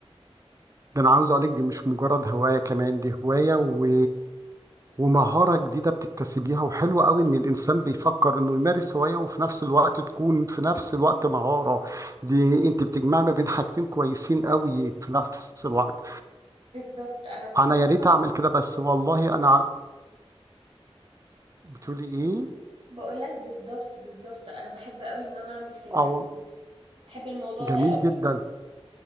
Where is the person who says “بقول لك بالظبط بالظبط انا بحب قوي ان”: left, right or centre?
Right